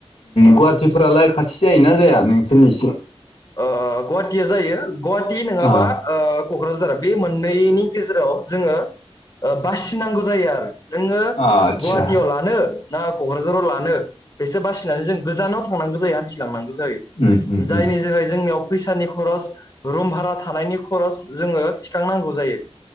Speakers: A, on the left; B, on the left.
A: औ
B: गुवाहाटिफोरालाय खाथि जायोना जाया नोंसोरनिसिं?
A: ओ गुवाहाटिया जायो गुवाहाटि नङाबा
B: अ
A: ओ क'क्राझार बे मोननैनि गेजेराव जोङो ओ बासिनांगौ जायो आरो। नोङो
B: आदसा
A: गुवाहाटियाव लानो ना क'क्राझाराव लानो बेसो बासिनानै जों गोजानाव थांनांगौ जायो हान्थिलांनांगौ जायो।
B: उम उम
A: जायो जायनि
B: उम
A: जोहै जोंनियाव फैसानि खरस रुम भारा थानायनि खरस जोङो थिखांनांगौ जायो।